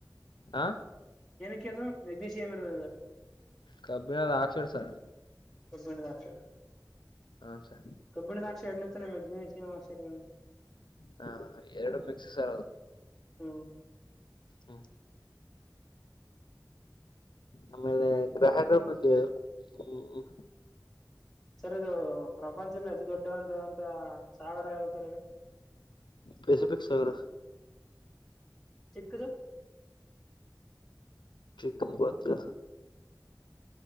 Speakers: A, on the left; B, in the centre.
A: ಹಾ
B: ಕ್ಕೆ ಅದ ವೆನೇಶಶ್ ಅಮರುದ ಅ
A: ಕಬ್ಬಿಿನ ರಾಕ್ಷರ ಸರ್
B: ಕಬ್ಬಿಣ ದಾಕ್ಷರ
A: ಹ ಸರ್
B: ಕಬ್ಬಿಣ ದಾಕ್ಷರ ಎನ ತ ಮೆದಿನಿಯಾ ಅಕ್ಷರ
A: ಹಾ ಎರಡು ಮಿಕ್ಸ ಸರ್ ಅದು
B: ಹ
A: ಹ್ಮ್ ಆಮೇಲೆ ಗ್ರಾಹದ ಕೃಜ ಹ್ಮ
B: ಸರ್ ಇದು ಪ್ರಪಂಚದಲ್ಲಿ ಅತಿ ದೊಡ್ಡ ಅಂತಂತ ಸಾಗರ ಯಾವ್ದದು ಸರ್ ಇದು
A: ಪೆಸಿಫಿಕ್ ಸಗರ
B: ಚಿಕ್ಕದು
A: ಚಕ್ಕನ್ ಕೊತ್ರ